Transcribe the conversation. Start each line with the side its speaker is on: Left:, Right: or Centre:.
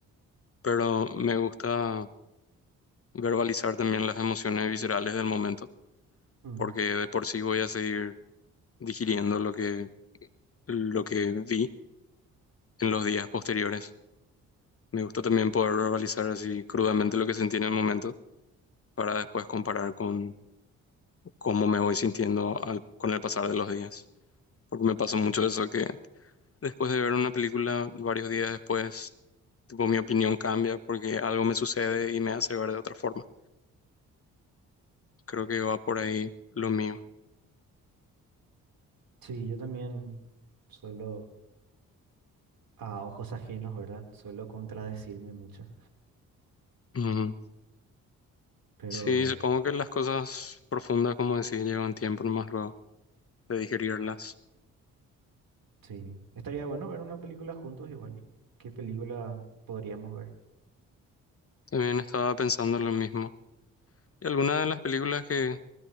Left: pero me gusta verbalizar también las emociones viscerales del momento,
Right: Mm.
Left: porque de por sí voy a seguir digiriendo lo que, lo que vi en los días posteriores. Me gusta también poder verbalizar así crudamente lo que sentí en el momento para después comparar con cómo me voy sintiendo al- con el pasar de los días. Porque me pasa mucho eso que después de ver una película varios días después, tipo mi opinión cambia porque algo me sucede y me hace ver de otra forma. Creo que va por ahí lo mío.
Right: Sí, yo también suelo, a ojos ajenos, ¿verdad? Suelo contradecirme mucho,
Left: Ujú.
Right: pero
Left: Sí, supongo que las cosas profundas, como decís, llevan tiempo más luego de digerirlas.
Right: sí, estaría bueno ver una película juntos igual. ¿Qué película podríamos ver?
Left: También estaba pensando lo mismo. Y algunas de las películas que